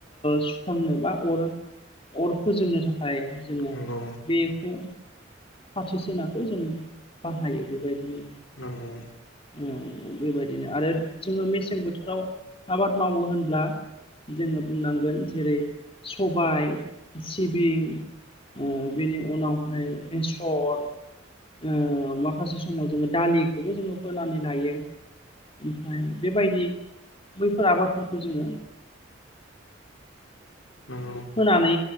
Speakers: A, on the left; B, on the left.
A: सुखांनो बा अर अर फोजोंनो थाखाय जोङो
B: नंगौ
A: बेखौ फथिसोनाखौ जोङो बाहायो बेबायदिनो
B: नंगौ
A: जों बेबायदिनो आरो जोङो मेसें बोथोराव आबाद मावो होनब्ला जोङो बुंनांगोन जेरै सबाय सिबिं ओ बेनि उनावहाय बेसर ओ माखासे समाव जोङो दालिखौबो जोङो फोनानै लायो ओमफ्राय बेबायदि बैफोर आबादफोरखौ जोङो
B: नंगौ
A: फोनानै